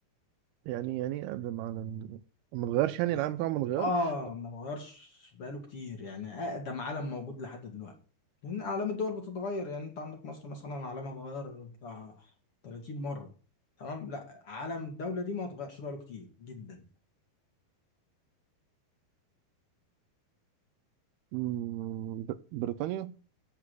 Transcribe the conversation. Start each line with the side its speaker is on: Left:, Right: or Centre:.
Right: يعني يعني ده معنى إن- ما اتغيرش يعني
Left: يعني
Right: العالم بتاعه ما اتغيرش
Left: آه ما اتغيرش بقاله كتير يعني أقدم علم موجود لحد دلوقتي لأن أعلام الدول بتتغير يعني أنت عندك مصر مثلا علمها اتغير بتاع 30 مرة تمام لا علم الدولة دي ما اتغيرش بقاله كتير جدا
Right: مم، بر- بريطانيا